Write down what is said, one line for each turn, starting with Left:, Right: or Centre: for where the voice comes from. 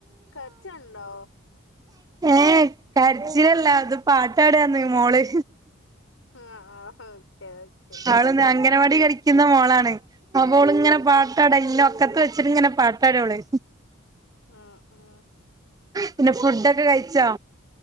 Left: കച്ചണ്ടോ
Right: ഏഹ് കരച്ചിലല്ല അത് പാട്ടാടാന്ന് മോള്
Left: ആഹ് ആഹ് ഓക്കെ ഓക്കെ
Right: ന്നാള്ന്നാ അങ്ങ വാടി പഠിക്കുന്ന മോളാണ് അവോള് ഇങ്ങനെ പാട്ടാട ഇന്നെ ഒക്കത്ത് വെച്ചിട്ട ഇങ്ങനെ പാട്ടാടോള്
Left: ഉം ഉം
Right: പിന്നെ ഫുഡൊക്കെ കഴിച്ചോ